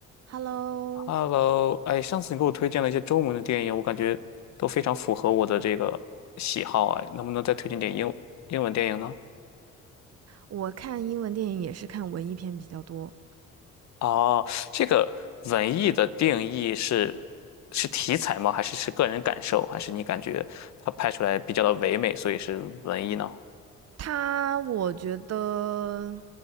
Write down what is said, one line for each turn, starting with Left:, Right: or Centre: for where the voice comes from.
Right: Hello，
Left: Hello，哎，上次你给我推荐了一些中文的电影，我感觉都非常符合我的这个喜好啊，能不能再推荐点英英文电影呢？
Right: 我看英文电影也是看文艺片比较多。
Left: 哦，这个文艺的定义是是题材吗？还是是个人感受？还是你感觉它拍出来比较的唯美，所以是文艺呢？
Right: 它，我觉得，